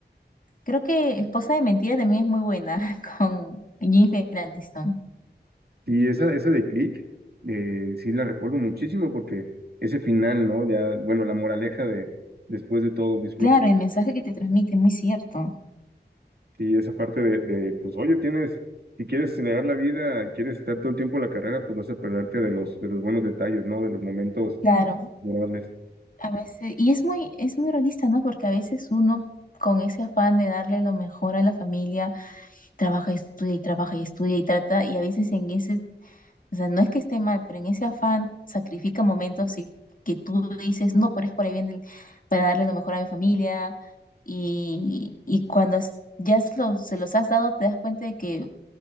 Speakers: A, on the left; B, on the right.
A: Creo que Esposa de Mentira también es muy buena <laughs> con Jennifer Aniston.
B: y esa, esa de Click, eh, sí la recuerdo muchísimo porque ese final, ¿no? Ya, bueno, la moraleja de después de todo, disfruta.
A: Claro, el mensaje que te transmite, muy cierto.
B: y esa parte de, de, pues, oye, tienes, si quieres acelerar la vida, quieres estar todo el tiempo en la carrera, pues vas a perderte de los, de los buenos detalles, ¿no? De los momentos
A: Claro,
B: agradables.
A: a veces, y es muy, es muy realista, ¿no? Porque a veces uno con ese afán de darle lo mejor a la familia, trabaja y estudia y trabaja y estudia y trata, y a veces en ese, o sea, no es que esté mal, pero en ese afán sacrifica momentos y que tú dices, no, pero es por ahí bien del- para darle lo mejor a mi familia, y, y cuando s- ya se los, se los has dado, te das cuenta de que,